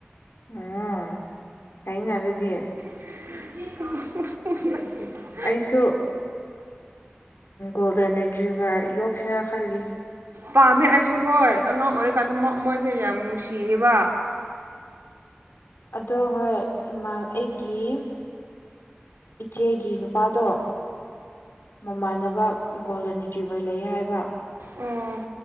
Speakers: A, on the left (about 70°); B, on the right (about 85°).
A: ꯑꯣ ꯍꯩꯅ ꯑꯗꯨꯗꯤ
B: <unintelligible>
A: ꯑꯩꯁꯨ ꯒꯣꯜꯗꯟ ꯗ꯭ꯨꯕꯔ ꯌꯣꯛꯁꯤꯔꯥ ꯈꯜꯂꯤ
B: ꯄꯥꯝꯃꯦ ꯑꯩꯁꯨ ꯍꯣꯏ ꯑꯉꯥꯡ ꯑꯣꯏꯔꯤꯀꯥꯟꯗ ꯃꯣꯏꯁꯦ ꯌꯥꯝ ꯅꯨꯡꯁꯤꯌꯦꯕ
A: ꯑꯗꯣ ꯍꯣꯏ ꯏꯃꯥ ꯑꯩꯒꯤ ꯏꯆꯦꯒꯤ ꯅꯨꯄꯥꯗꯣ ꯃꯃꯥꯟꯅꯕ ꯒꯣꯜꯗꯟꯇ꯭ꯕꯔ ꯂꯩ ꯍꯥꯏꯕ
B: ꯑꯣ